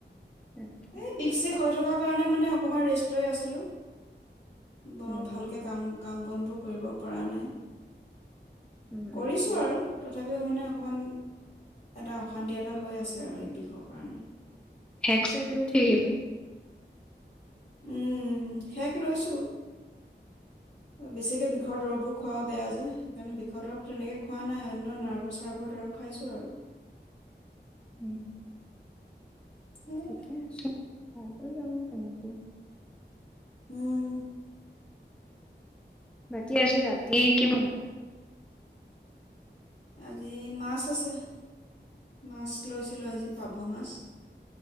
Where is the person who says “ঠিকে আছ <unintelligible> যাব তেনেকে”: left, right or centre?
Centre